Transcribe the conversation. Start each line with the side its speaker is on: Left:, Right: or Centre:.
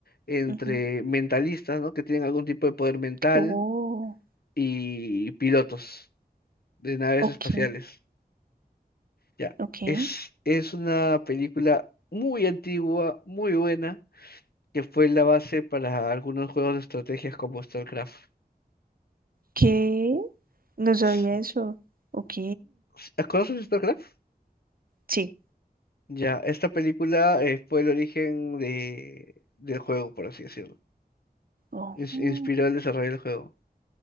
Left: entre
Right: Ujú.
Left: mentalistas, ¿no? Que tienen algún tipo de poder mental
Right: Oh,
Left: y pilotos de naves
Right: ok,
Left: espaciales. Ya,
Right: ok.
Left: es, es una película muy antigua, muy buena, que fue la base para algunos juegos de estrategias como StarCraft.
Right: ¿Qué? No sabía
Left: S-
Right: eso. Ok,
Left: s- ¿Conoces StarCraft?
Right: sí.
Left: Ya, esta película eh, fue el origen de, del juego, por así decirlo.
Right: Ojo,
Left: Ins- inspiró el desarrollo del juego.